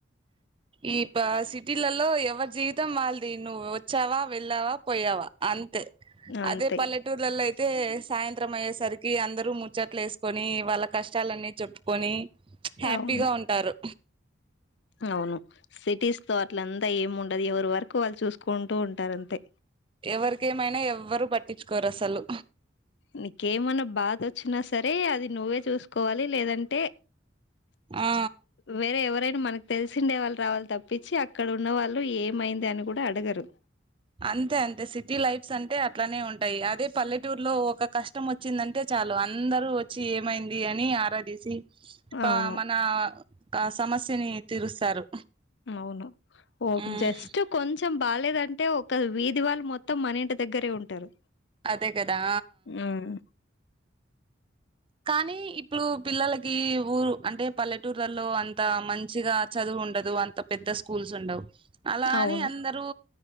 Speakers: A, on the right; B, on the left.
A: ఈ పా సిటీలలో ఎవరి జీవితం వాళ్ళది నువ్వు వచ్చావా వెళ్ళావా పోయావా అం
B: అంతే
A: అదే పల్లెటూలాల్లో అయితే, తే సాయంత్రం అయ్యేసరికి అందరు ముచ్చట్లు వేసుకొని వాళ్ల కష్టాలన్నీ చెప్పుకొని హుచ్ హ్యాపీగా
B: అవును
A: ఉంటారు
B: అవును సిటీస్ తో అట్లంతా ఏం ఉండది ఎవరి వర్క్ వాళ్ళు చూసుకుంటూ ఉంటారు అంతే
A: ఎవరికి ఎమైనా ఎవరు పట్టించుకోరు అసలు
B: నీకేమన్నా బాధ వచ్చినా సరే అది నువ్వే చూసుకోవాలి లేదంటే
A: ఆ
B: వేరే ఎవరైనా మనకు తెలిసిండే వాళ్ళు రావాల తప్పించి అక్కడ ఉన్న వాళ్ళు ఏమైంది అని కూడా అడగరు
A: అంతే అంతే సిటీ లైఫ్స్ అంటే అట్లానే ఉంటాయి అదే పల్లెటూరులో ఒక కష్టం వచ్చిందంటే చాలు అందరూ వచ్చి ఏమైంది అని ఆరాధసి కా
B: అవును
A: మనకస్క్ సమస్యని తీరుస్తారు
B: అవును ఓ
A: ఉమ్
B: జస్ట్ కొంచెం బాలేదంటే ఒక వీధిళ్ళు మొత్తం మన ఇంటి దగ్గరే ఉంటారు
A: అదే కదా
B: ఉమ్
A: కానీ ఇప్పుడు పిల్లలకి ఊరు అంటే పల్లెటూర్లలో అంత మంచిగా చదువు ఉండదు అంత పెద్ద స్కూల్స్ ఉండవు అలా
B: అవును
A: అని అందరూ